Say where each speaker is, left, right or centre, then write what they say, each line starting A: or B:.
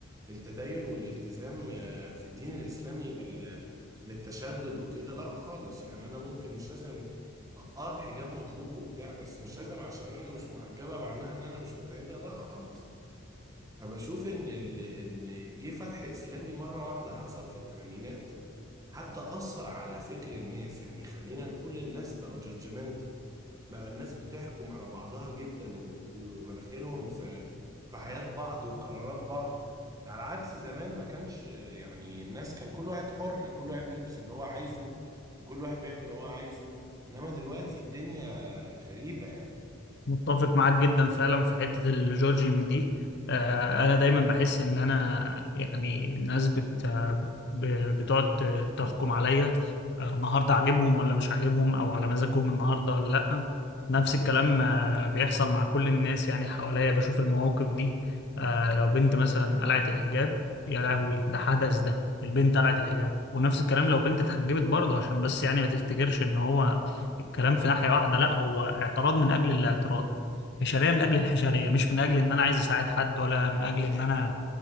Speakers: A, on the right; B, on the left.
A: التدين والالتزام آه، في الدين الاسلامي بال بالتشدد وكده لا خالص يعني انا ممكن مش لازم اه الحجاب مطلوب وبتاع بس مش لازم عشان انا مش محجبه معناها ان انا مش متأيده لا خالص فبشوف ان ال... ان جه فتح اسلامي مره واحده حصل في الثمانينات حتى اثر على فكر الناس يعني خلينا نقول الناس بقوا جادجمنت بقى الناس بتحكم على بعضها جدا و- ومناخيرهم في في حياة بعض وقرارات بعض على عكس زمان ما كانش يعني الناس كان كل واحد حر كل واحد بيلبس اللي هو عايزه وكل واحد بيعمل اللي هو عايزه انما دلوقتي الدنيا غريبة يعني
B: متفق معاك جدا فعلا في حتة الجورجينج دي آه، أنا دايما بحس إن أنا يعني الناس بت آه، ب- بتقعد ت- تحكم عليا آه، النهاردة عاجبهم ولا مش عاجبهم أو على مزاجهم النهاردة ولا لأ نفس الكلام آه، بيحصل مع كل الناس يعني حواليا بشوف المواقف دي آه، لو بنت مثلا قلعت الحجاب يا لهوي ده حدث ده البنت قلعت الحجاب ونفس الكلام لو بنت اتحجبت برضه عشان بس يعني ما تفتكرش إن هو الكلام في ناحية واحدة لا هو اعتراض من أجل الاعتراض حشرية من أجل الحشرية مش من أجل إن أنا عايز أساعد حد ولا من أجل إن أنا